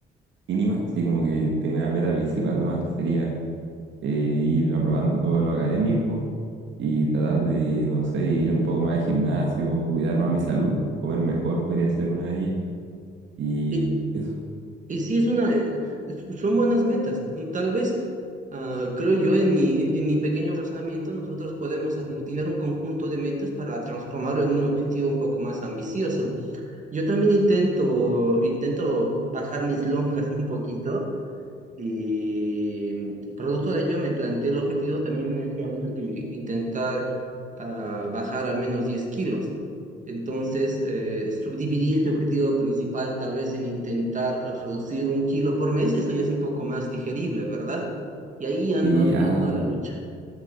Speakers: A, on the right; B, on the right.
A: mínimas, así como que tengo una meta principal nomás que sería eh, ir aprobando todo lo académico y tratar de, no sé, ir un poco más al gimnasio, cuidar más mi salud, comer mejor podría ser una de ellas. Y
B: Y,
A: eso.
B: y sí, es una, eh, son buenas metas. Tal vez, ah, creo yo, en mi, en, en mi pequeño razonamiento, nosotros podemos aglutinar un conjunto de metas para transformarlo en un objetivo un poco más ambicioso. Yo también intento, intento bajar mis lonjas <laughs> un poquito Y mm, producto de ello me planteé el objetivo también este año de intentar ah, bajar al menos 10 kilos. Entonces, eh, subdividí este objetivo principal tal vez en intentar reducir un kilo por mes. Esto ya es un poco más digerible, ¿verdad? Y ahí ando
A: Y,
B: haciendo
A: ah,
B: a la lucha.